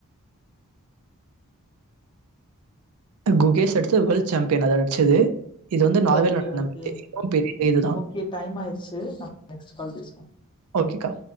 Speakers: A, on the right; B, on the left.
A: குகேஷ் அடுத்த வேர்ல்ட் சாம்பியன் அது அட்ச்சது இது வந்து நார்வேல
B: ஓகே
A: நடந்த
B: ஓகே
A: <inaudible> இதுவு பெரிய இதுதா
B: ஓகே டைம் ஆயிருச்சு நம்ம நெக்ஸ்ட் கால் பேசுவோ ம்
A: ஓகே கா